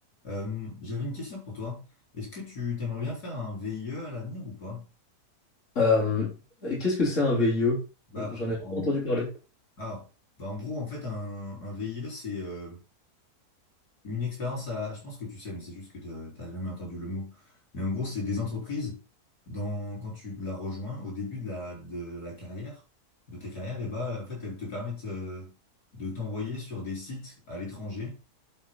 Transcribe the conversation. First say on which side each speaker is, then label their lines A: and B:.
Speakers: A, on the left (about 75°); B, on the left (about 50°).
A: Euh, j'avais une question pour toi. Est-ce que tu t'aimerais bien faire un VIE à l'avenir ou pas?
B: Euh, qu'est-ce que c'est un VIE?
A: Bah,
B: J'en ai
A: en...
B: jamais entendu parler.
A: Ah, bah en gros, en fait, un, un VIE, c'est euh, une expérience à... Je pense que tu sais, mais c'est juste que t'as t'as jamais entendu le mot. Mais en gros, c'est des entreprises, dans... quand tu la rejoins, au début de la, de la carrière, de ta carrière, et bah, en fait, elles te permettent euh, de t'envoyer sur des sites à l'étranger